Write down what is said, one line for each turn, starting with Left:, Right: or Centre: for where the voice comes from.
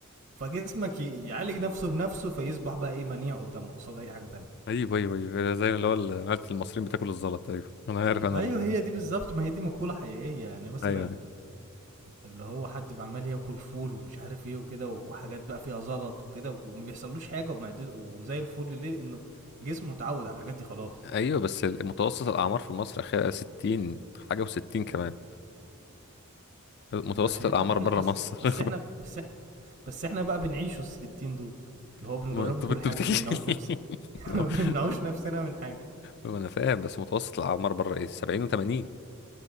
Right: فجسمك ي- يعالج نفسه بنفسه فيصبح بقى ايه منيع قدامه قصاد اي حاجه تانية
Left: ايوه ايوه ايوه زي اللي هو ال- معلة المصريين بتاكل الزلط ايوه انا عارف انا
Right: ايوه
Left: ال...
Right: هي دي بالظبط ما هي دي مقوله حقيقيه يعني مثلا
Left: ايوه
Right: اللي هو حد عمال ياكل فول ومش عارف ايه وكده وحاجات بقى فيها زلط وكده وما بيحصلوش حاجه ومعدته وزي الفل ليه لانه جسمه اتعود على الحاجات دي خلاص
Left: ايوه بس ال- متوسط الاعمار في مصر اخيرا 60 حاجه و60 كمان متوسط
Right: ما عشان
Left: الاعمار
Right: احنا احنا
Left: بره
Right: بس
Left: مصر
Right: بس احنا بس احنا بس احنا بقى بنعيشوا الستين دول
Left: <laughs>
Right: اللي هو بنجربه
Left: ما انت
Right: كل
Left: بت-
Right: حاجه
Left: بتحكي
Right: ما بنمنعوش نفس
Left: <laughs>
Right: <laughs> ما بنمنعوش نفسنا من حاجه
Left: ما انا فاهم بس متوسط الاعمار بره ايه 70 و80